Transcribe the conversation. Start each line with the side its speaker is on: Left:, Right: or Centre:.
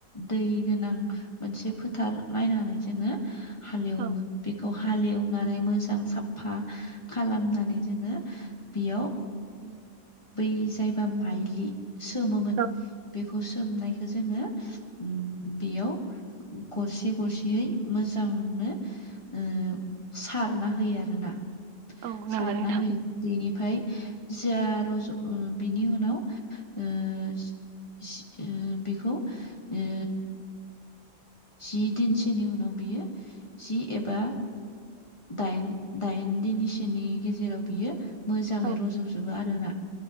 Left: दै गोनां मोनसे फोथार नायनानै जोङो हालेवो
Right: औ
Left: बेखौ हालेवनानै मोजां साफफा खालामनानै जोङो बेयाव
Right: उम
Left: बै जायबा माइलि सोमोमोन
Right: औ
Left: बे खौ सोमनायखो जोङो उम बेयाव गरसे गरसेयै मोजांनो ओ सारना होयो आरोना।
Right: औ नंगौ
Left: सारना
Right: नोंथां
Left: होयो बेनिफाय जा रज' बिनि उनाव ओ जि बेखौ ओ जि दिनसोनि उनाव बियो जि एबा दाइन दाइन दिनसेनि गेजेराव बियो मोजाङै
Right: औ
Left: रज'बजोबो आरोना